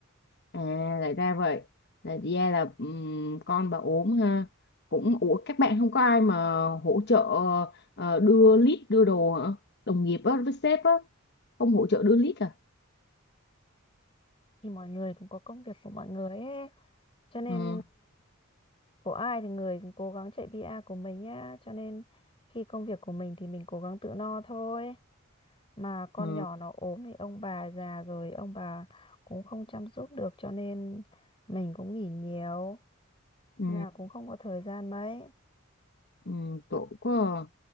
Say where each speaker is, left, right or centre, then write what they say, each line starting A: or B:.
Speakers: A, on the left; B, on the left.
A: à lại ra vậy. Là ra là ừm, con bà ốm ha. Cũng ủa các bạn không có ai mà hỗ trợ ờ, đưa lít đưa đồ hả? Đồng nghiệp á với sếp á không hỗ trợ đưa lít à?
B: thì mọi người cũng có công việc của mọi người ấy cho nên
A: Ừ,
B: của ai thì người cũng cố gắng chạy PR của mình nhá cho nên khi công việc của mình thì mình cố gắng tự no thôi mà con
A: ừ,
B: nhỏ nó ốm thì ông bà già rồi ông bà cũng không chăm giúp được cho nên mình cũng nghỉ nhiều
A: ừ,
B: là cũng không có thời gian mấy
A: ừ, tội quá. à.